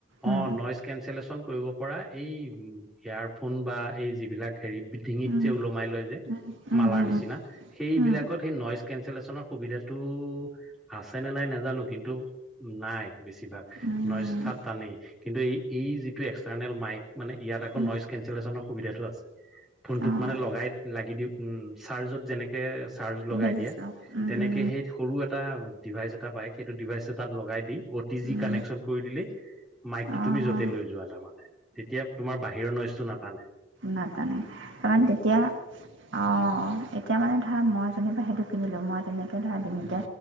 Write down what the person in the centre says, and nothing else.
অ
নইচ কেঞ্চেলেশ্যন কৰিব পৰা এই ইয়াৰফোন বা এই যিবিলাক হেৰি ডিঙিত
যে ওলমাই লয় যে
মালাৰ নিচিনা সেইবিলাকত
সেই নইচ কেঞ্চেলেশ্যনৰ সুবিধাটো আছে নে নাই নাজানো কিন্তু নাই। বেছিভাগ
নস্থাত টানেই কিন্তু এই এই যিটো এক্সটাৰ্নেল মাইক মানে ইয়াত আকৌ
নইচ কেঞ্চেলেশ্যনৰ সুবিধাটো আছে। ফোনটোত
মানে লগাই, লাগি দি, উম চাৰ্জত যেনেকে চাৰ্জ লগাই
দিয়া
তেনেকে
সেই সৰু এটা ডিভাইচ এটা পায় সেইটো ডিভাইচটো তাত লগাই দি অ টি জি
কানেকশ্যন কৰি দিলেই মাইকটো
তুমি য'তে
লৈ যোৱা তাৰ মানে তেতিয়া তোমাৰ বাহিৰৰ নইচটো নাতানে।